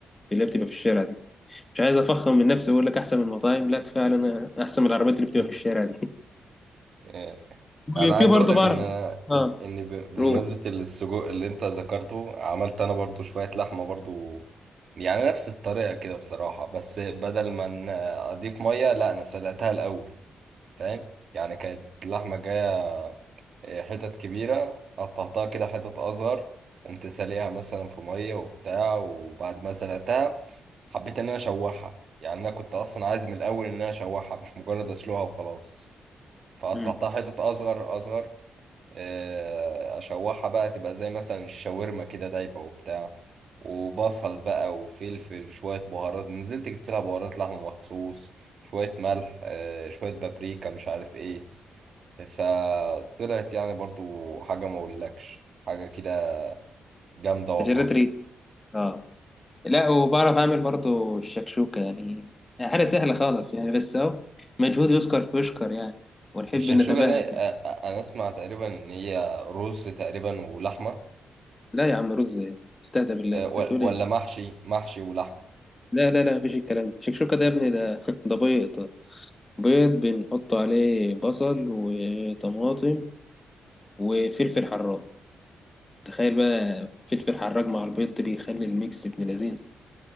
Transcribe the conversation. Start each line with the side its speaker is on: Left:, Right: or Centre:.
Left: اللي هي بتبقى في الشارع دي مش عايز افخم من نفسي واقول لك احسن من المطاعم لا كفايه على انا احسن من العربيات اللي بتبقى
Right: <laughs>
Left: في الشارع دي <laughs>
Right: آه، انا
Left: وفي
Right: عايز
Left: برضه
Right: اقول لك
Left: بعرف
Right: ان
Left: اه
Right: ان ب- بمناسبه
Left: روم
Right: السجق اللي انت ذكرته عملت انا برضو شويه لحمه برضو يعني نفس الطريقه كده بصراحه بس بدل ما ن- اضيف ميه لا انا سلقتها الاول فاهم يعني كانت اللحمة جاية آه، حتت كبيرة قطعتها كده حتت أصغر قمت ساليها مثلا في مية وبتاع وبعد ما سلقتها حبيت إن أنا أشوحها يعني أنا كنت أصلا عايز من الأول إن أنا أشوحها مش مجرد أسلقها وخلاص فقطعتها
Left: امم
Right: حتت أصغر أصغر آه، أشوحها بقى تبقى زي مثلا الشاورما كده دايبة وبتاع وبصل بقى وفلفل شوية بهارات نزلت جبت لها بهارات لحمة مخصوص شوية ملح آه، شوية بابريكا مش عارف إيه فطلعت يعني برضو حاجة ما اقولكش حاجة كده جامدة والله
Left: تجربة ريد اه لا وبعرف اعمل برضه الشكشوكه يعني يعني حاجه سهله خالص يعني بس اهو مجهود يذكر فيشكر يعني ونحب
Right: الشكشوكة
Left: نتباهى
Right: ده آه،
Left: فيه
Right: آه، انا اسمع تقريبا ان هي رز تقريبا ولحمة
Left: لا يا عم رز إيه؟ استهدى بالله
Right: آه،
Left: انت
Right: ولا
Left: بتقول
Right: ولا
Left: ايه
Right: محشي محشي ولحمة
Left: لا لا لا مفيش الكلام ده الشكشوكه ده يا ابني ده <laughs> ده بيض بيض بنحط عليه بصل وطماطم وفلفل حراق تخيل بقى فلفل حراج مع البيض ده بيخلي الميكس ابن لذينه